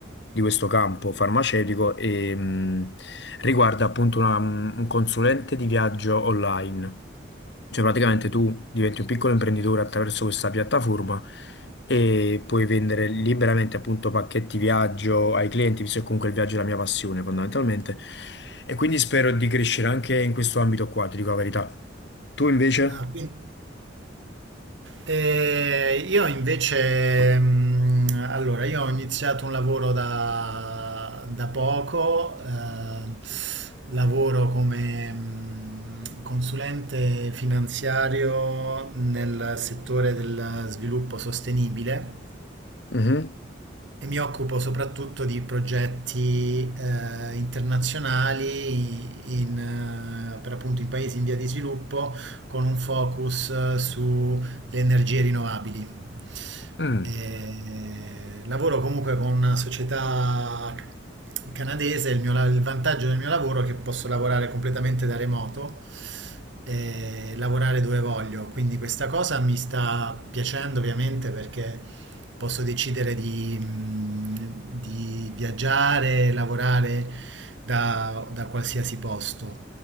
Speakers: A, on the left; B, on the right.
A: di questo campo farmaceutico e mh, riguarda appunto una, mh, un consulente di viaggio online. Cioè praticamente tu diventi un piccolo imprenditore attraverso questa piattaforma e puoi vendere liberamente appunto pacchetti viaggio ai clienti, visto che comunque il viaggio è la mia passione fondamentalmente. E quindi spero di crescere anche in questo ambito qua, ti dico la verità. Tu invece?
B: Ah, quindi... E io invece, mh, allora, io ho iniziato un lavoro da, da poco, eh, lavoro come mh, consulente finanziario nel settore del sviluppo sostenibile
A: Mhm.
B: e mi occupo soprattutto di progetti eh, internazionali in, eh, per appunto in paesi in via di sviluppo con un focus eh, sulle energie rinnovabili.
A: Mm,
B: Eh, lavoro comunque con una società canadese, il mio la- il vantaggio del mio lavoro è che posso lavorare completamente da remoto e lavorare dove voglio. Quindi questa cosa mi sta piacendo ovviamente perché posso decidere di, mh, di viaggiare, lavorare da, da qualsiasi posto.